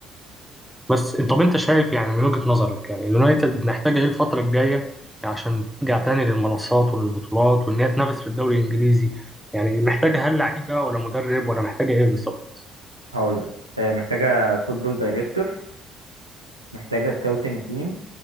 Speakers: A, in the centre; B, on the right.
A: بس انت طب انت شايف يعني من وجهة نظرك يعني اليونايتد محتاجة ايه الفترة الجاية عشان ترجع تاني للمنصات والبطولات وان هي تنافس في الدوري الانجليزي يعني محتاجة هل لعيبة ولا مدرب ولا محتاجة ايه بالظبط
B: هقول لك آه، محتاجة فوتبول دايركتور محتاجة سكاوتنج تيم